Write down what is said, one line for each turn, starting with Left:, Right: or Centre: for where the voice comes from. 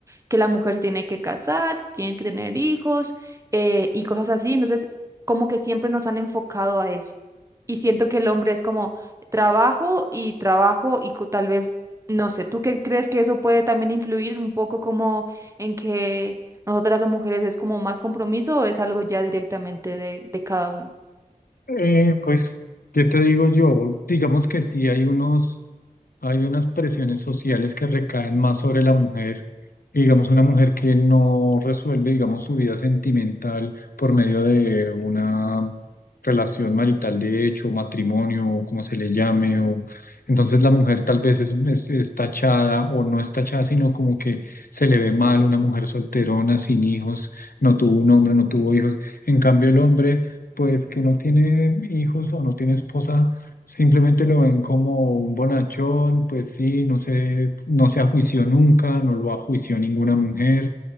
Right: Que la mujer se tiene que casar, tiene que tener hijos eh, y cosas así. Entonces, como que siempre nos han enfocado a eso. Y siento que el hombre es como trabajo y trabajo y co- tal vez, no sé, ¿tú qué crees que eso puede también influir un poco como en que nosotras las mujeres es como más compromiso o es algo ya directamente de, de cada uno?
Left: Eh, pues, ¿qué te digo yo? Digamos que sí hay unos, hay unas presiones sociales que recaen más sobre la mujer. Digamos, una mujer que no resuelve, digamos, su vida sentimental por medio de una relación marital de hecho, matrimonio, o como se le llame, o entonces la mujer tal vez es, es- es tachada o no es tachada, sino como que se le ve mal una mujer solterona, sin hijos, no tuvo un hombre, no tuvo hijos. En cambio, el hombre pues que no tiene hijos o no tiene esposa, simplemente lo ven como un bonachón, pues sí, no se, no se ajuició nunca, no lo ajuició ninguna mujer.